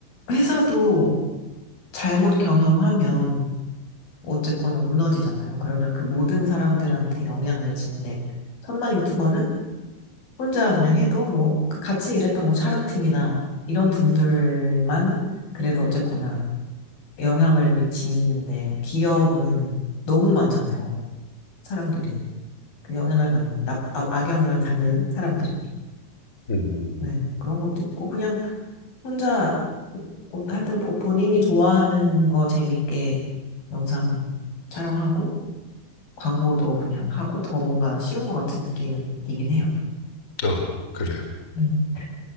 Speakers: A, on the left; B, on the left.
A: 회사도 잘못 경영하면 어쨌거나 무너지잖아요. 그러면 그 모든 사람들한테 영향을 미치는데, 천만 유튜버는 혼자 그냥 해도 뭐, 그 같이 일했던 뭐 촬영팀이나 이런 분들만 그래도 어쨌거나 영향을 미치는데, 기업은 너무 많잖아요. 사람들이. 그 영향을 받는, 나, 아, 악영향을 받는 사람들이.
B: 음,
A: 네, 그런 것도 있고, 그냥 혼자 옷 하여튼 본인이 좋아하는 거 재밌게 영상 촬영하고 광고도 그냥 하고 더 뭔가 쉬운 것 같은 느낌이긴 해요.
B: 아, 그래요.
A: 음,